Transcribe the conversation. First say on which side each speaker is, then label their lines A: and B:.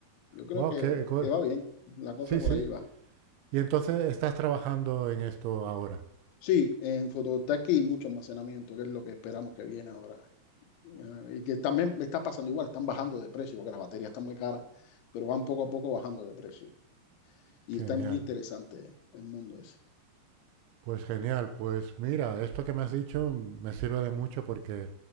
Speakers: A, on the left; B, on the right.
A: Yo creo
B: Wow,
A: que,
B: qué, cu-
A: que va bien, la cosa
B: sí,
A: por
B: sí.
A: ahí va.
B: Y entonces estás trabajando en esto ahora.
A: Sí, en fotovoltaica hay mucho almacenamiento, que es lo que esperamos que viene ahora. Ya, Y que también me está pasando igual, están bajando de precio, porque las baterías están muy caras, pero van poco a poco bajando de precio. Y
B: Genial.
A: está muy interesante el mundo ese.
B: Pues genial, pues mira, esto que me has dicho me sirve de mucho porque